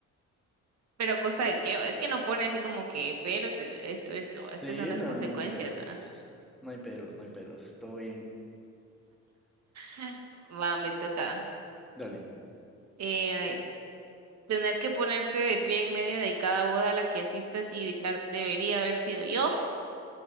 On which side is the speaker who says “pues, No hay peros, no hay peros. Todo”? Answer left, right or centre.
Centre